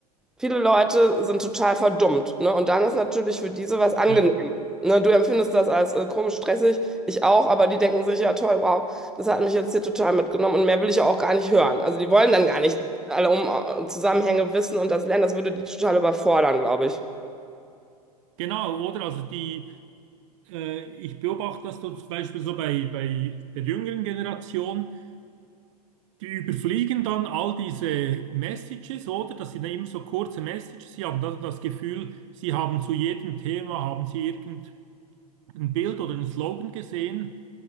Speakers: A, in the centre; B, on the right (about 50°).
A: Viele Leute sind total verdummt, ne? Und dann ist natürlich für diese was angenehm.
B: ja,
A: Ne? Du empfindest das als äh, komisch stressig, ich auch, aber die denken sich, ja toll, wow, das hat mich jetzt hier total mitgenommen und mehr will ich ja auch gar nicht hören. Also die wollen dann gar nicht alle um äh, Zusammenhänge wissen und das lernen, das würde die total überfordern, glaube ich.
B: genau, oder? Also die, äh, ich beobachte das so zum Beispiel so bei, bei der jüngeren Generation, die überfliegen dann all diese Messages, oder? dass sie ja immer so kurze Messages. Sie haben dann das Gefühl, sie haben zu jedem Thema, haben sie irgendein Bild oder einen Slogan gesehen.